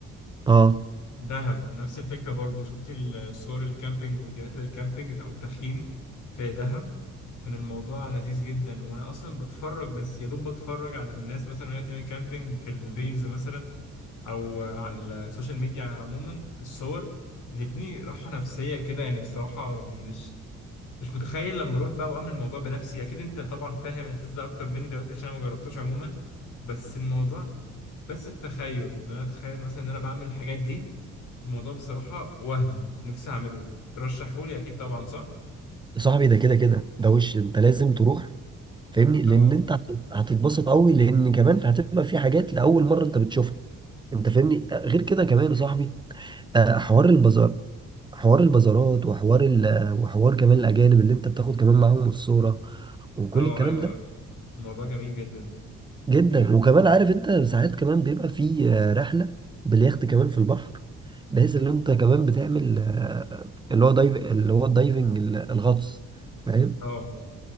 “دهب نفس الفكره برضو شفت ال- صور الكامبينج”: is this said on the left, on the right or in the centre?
Left